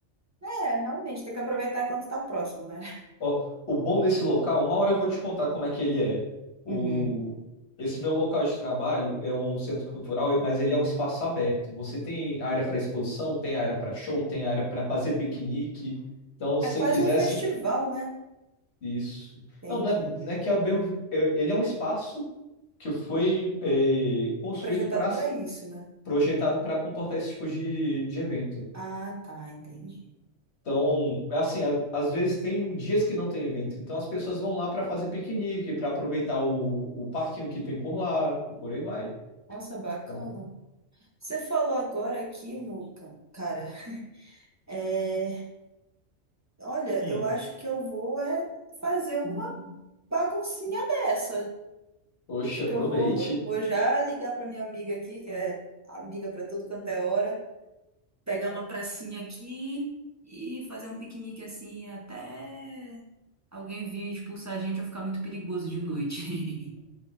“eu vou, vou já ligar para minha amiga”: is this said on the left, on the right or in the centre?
Right